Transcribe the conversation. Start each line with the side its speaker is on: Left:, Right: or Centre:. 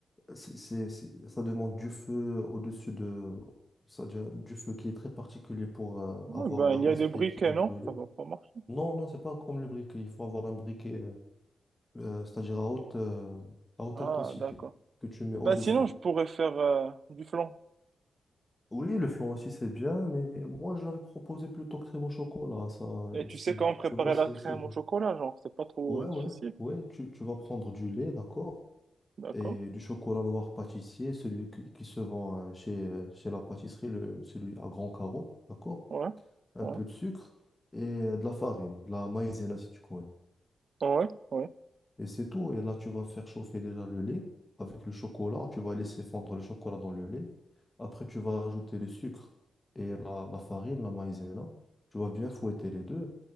Left: c'est, c'est- c'est- ça demande du feu au-dessus de, ça, du du feu qui est très particulier pour euh,
Right: Ouais,
Left: avoir
Right: ben,
Left: la-
Right: il
Left: l'aspect
Right: y a des briquets,
Left: qui est
Right: non?
Left: brûlé.
Right: Ça va pas marcher.
Left: Non, non, c'est pas comme le briquet. Il faut avoir un briquet, euh, euh, c'est-à-dire à haute, euh, à haute
Right: Ah,
Left: intensité
Right: d'accord.
Left: que tu mets au-dessus.
Right: Ben, sinon, je pourrais faire euh, du flan.
Left: Oui, le flan aussi c'est bien, mais moi j'avais proposé plutôt crème au chocolat. Ça,
Right: Et tu
Left: c'est-
Right: sais comment préparer
Left: tu vois, c'est
Right: la crème
Left: c'est bon.
Right: au chocolat, genre, c'est pas trop
Left: Ouais,
Right: difficile.
Left: ouais, ouais, tu, tu vas prendre du lait, d'accord,
Right: D'accord?
Left: et du chocolat noir pâtissier, celui qui, qui se vend euh, chez, euh, chez la pâtisserie, le, celui à grand carreau, d'accord,
Right: Ouais,
Left: un
Right: ouais,
Left: peu de sucre et euh, de la farine, de la maïzena si tu connais.
Right: ouais, ouais,
Left: Et c'est tout, et là tu vas faire chauffer déjà le lait avec le chocolat, tu vas laisser fondre le chocolat dans le lait. Après tu vas ajouter le sucre et la, la farine, la maïzena, tu vas bien fouetter les deux.